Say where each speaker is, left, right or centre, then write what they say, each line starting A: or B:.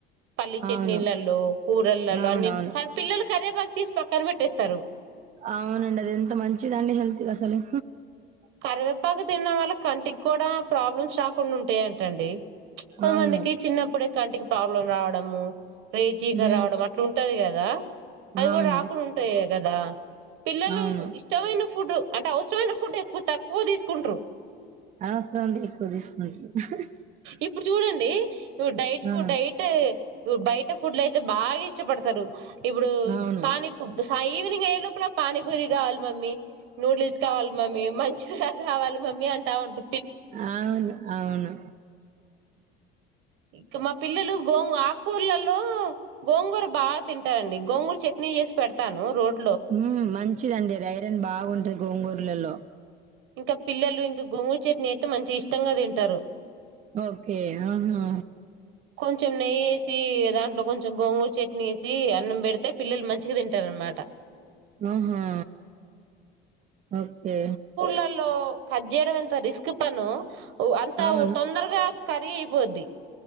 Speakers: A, on the right (about 75°); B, on the right (about 35°).
A: పల్లీ
B: అవును
A: చెట్ నిళ్ళలో కూరళ్లలో
B: అవునవును
A: అన్ని కనీ పిల్లలు కర్రేపాక్ తీసి పక్కన పెట్టేస్తారు
B: అవునండి అది ఎంత మంచిదండి హెల్త్ అసలు
A: కరివేపాకు తిన్న వాళ్ళకి కంటికి కూడ ప్రాబ్లమ్స్ రాకుండ ఉంటాయంటండి కొంతమందికి
B: అవును
A: చిన్నప్పుడే కంటికి ప్రాబ్లం రావడం. డమ్ము రే చీకటి
B: హ్మ్
A: రావడం అట్ల ఉంటది కదా అది
B: అవును
A: కూడ రాకుండ ఉంటాయ కదా పిల్లలు
B: అవును
A: ఇష్టమైన ఫు ఫుడ్ అంటే అవసరమైన ఫుడ్ తక్కువ తక్కువ తీసుకుంట్రు
B: అనవసరంది ఎక్కువ తీసుకుంటారు
A: ఇప్పుడు చూడండి ఫో డైట్
B: ఆ
A: ఫు డైట్. బయట ఫుడ్లు అయితే బాగా ఇష్టపడతారు ఇప్పుడు
B: అవును
A: పానీపు సాయి. ఈవనింగ్ అయ్యేలోపల పానిపూరి కావాలి మమ్మీ నూడిల్స్ కావాలి మమ్మీ మంచిగ కావాలి మమ్మీ అంటా ఉంటు
B: అవును అవును
A: ఇక మా పిల్లలు గోంగూ ఆకూర్లలో గోంగూర బాగా తింటారండి గోంగూర చట్నీ చేసి పెడతాను రోడ్
B: హమ్ మంచిదండి అది ఐరన్ బాగుంటది గోంగ లొ
A: ఇంక పిల్లలు ఇంక గొంగు చట్నీ అయితే మంచి ఇష్టంగా తింటరు.
B: ఒకే ఆహా.
A: కొంచెం నెయ్యి వేసి దాంట్లో కొంచెం గోంగూరు చట్నీ వేసి అన్నం పెడితే పిల్లలు మంచిగ తింటారనమాట.
B: ఆహా ఓకే
A: కు కట్ చేయడం ఎంత రిస్క్ పనో అంతా
B: అవును
A: తొందరగా కరిగి పోద్ది